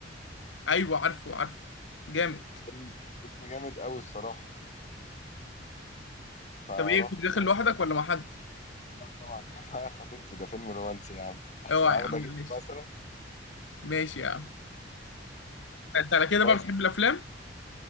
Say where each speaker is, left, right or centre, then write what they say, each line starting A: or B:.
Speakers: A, on the left (about 80°); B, on the left (about 40°).
A: ايوه عارفه عارفه جامد
B: فيلم فيلم جامد قوي الصراحة فرحت
A: طب ايه كنت داخل لوحدك ولا مع حد
B: لا طبعا <laughs> كان معايا خطيبتي ده فيلم رومانسي يا عم <laughs>
A: اوعى
B: واخدك
A: يا عم
B: انت
A: ماشي
B: مثلا
A: ماشي يا عم انت على كده
B: بس
A: بقى بتحب الافلام